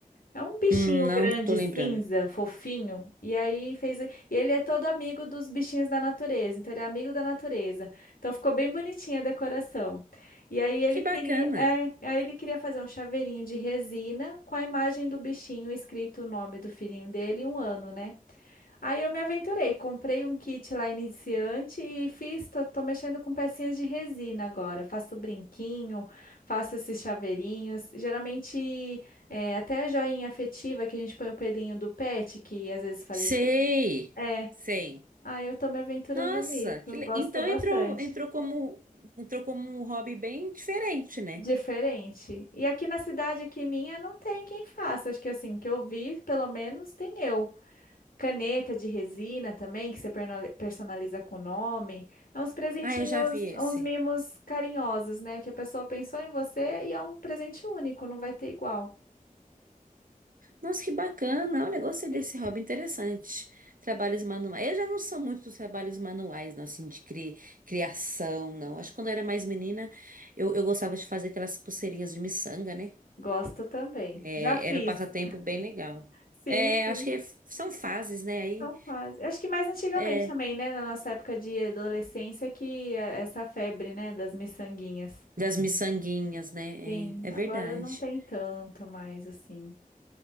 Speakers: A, on the left; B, on the right.
A: É um bichinho
B: Hum, não
A: grande,
B: tô lembrando.
A: cinza, fofinho. E aí fez. E ele é todo amigo dos bichinhos da natureza. Então ele é amigo da natureza. Então ficou bem bonitinha a decoração. E aí ele
B: Que
A: queria,
B: bacana.
A: é, aí ele queria fazer um chaveirinho de resina com a imagem do bichinho escrito o nome do filhinho dele e um ano, né? Aí eu me aventurei, comprei um kit lá iniciante e fiz, tô, tô mexendo com pecinhas de resina agora. Faço brinquinho, faço esses chaveirinhos. Geralmente, é, até a joinha afetiva que a gente põe o pelinho do pet, que às vezes falece.
B: Sei,
A: É,
B: sei.
A: aí eu tô me aventurando
B: Nossa,
A: nisso,
B: que le-
A: gosto
B: então
A: bastante.
B: entrou, entrou como, entrou como um hobby bem diferente, né?
A: Diferente. E aqui na cidade, aqui minha, não tem quem faça. Acho que assim, que eu vi, pelo menos, tem eu. Caneta de resina também, que você perno- personaliza com o nome. É uns presentinhos,
B: Ah, eu já vi esse.
A: uns mimos carinhosos, né? Que a pessoa pensou em você e é um presente único, não vai ter igual.
B: Nossa, que bacana. Olha, gostei
A: Sim.
B: desse hobby interessante. Trabalhos manuais. Eu já não sou muito dos trabalhos manuais, não, assim, de cri- criação, não. Acho que quando eu era mais menina, eu, eu gostava de fazer aquelas pulseirinhas de miçanga, né?
A: Gosto também.
B: É,
A: Já fiz.
B: era um passatempo bem legal.
A: Sim,
B: É,
A: sim.
B: acho que é- são fases, né? Aí,
A: Então faz. Acho que mais antigamente
B: é,
A: também, né? Na nossa época de adolescência, que é essa febre, né? Das miçanguinhas.
B: das miçanguinhas, né?
A: Sim,
B: É, é
A: agora
B: verdade.
A: não tem tanto mais, assim.